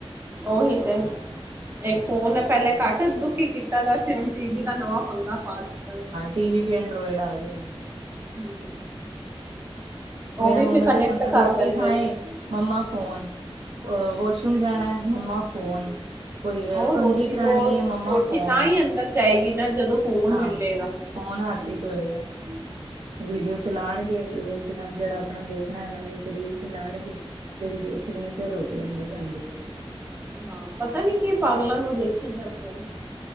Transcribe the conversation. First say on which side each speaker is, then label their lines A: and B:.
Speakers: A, on the right; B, on the right.
A: ਉਹੀ ਤੇ, ਇੱਕ ਫੋਨ ਪਹਿਲੇ ਘੱਟ ਘਟ ਦੁਖੀ ਕੀਤਾ ਵੇਆ ਸੀ ਹੁਣ ਟੀ ਵੀ ਦਾ ਨਵਾਂ ਪੰਗਾ ਪਾ ਦਿੱਤਾ ਏ।
B: ਟੀ ਵੀ ਐਂਡੋਇਡ ਆ ਗਏ ਨੇ।
A: ਹੂੰ। ਉਹ
B: ਮੇਰਾ
A: ਵੀ
B: ਮੁੰਡਾ
A: ਫਿਰ ਕਨੈਕਟ
B: ਤੇ ਅਗਰ
A: ਕਰ
B: ਰੋਟੀ
A: ਲੈਂਦੇ
B: ਖਾਏ
A: ਨੇ
B: ਮੰਮਾ ਫੋਨ, ਅ ਵਾਸ਼ਰੂਮ ਜਾਣਾ ਹੈ ਮੰਮਾ ਫੋਨ। ਕੋਈ ਏ
A: ਉਹ
B: ਕੰਘੀ
A: ਰੋਟੀ
B: ਕਰਾਣੀ
A: ਉਹ
B: ਹੈ ਮੰਮਾ
A: ਰੋਟੀ
B: ਫੋਨ।
A: ਤਾਂ ਹੀ ਅੰਦਰ ਜਾਏਗੀ ਨਾ ਜਦੋਂ ਫੋਨ
B: ਹਾਂ
A: ਮਿਲੇਗਾ।
B: ਫੌਨ ਹੱਥੀ ਚ ਹੋਏਗਾ। ਵੀਡੀਓ ਚਲਾਉਣਗੇ ਉਹ ਕੀ ਨਾਮ ਜਿਹੜਾ ਆਪਣਾ ਦੇਖਣਾ ਉਹਨਾਂ ਨੇ ਇੱਕ ਰੀਲ ਚਲਾਣਗੇ। ਜਿਹੜੀ ਦੇਖਣੀ ਹੈ ਫੇਰ ਰੋਟੀ ਅੰਦਰ ਜਾਂਦੀ ਹੈ।
A: ਹਾਂ ਪਤਾ ਨੀ ਕੀ ਪਾਗਲਾਂ ਵਾਂਗ ਦੇਖੀ ਜਾਂਦੇ ਨੇ।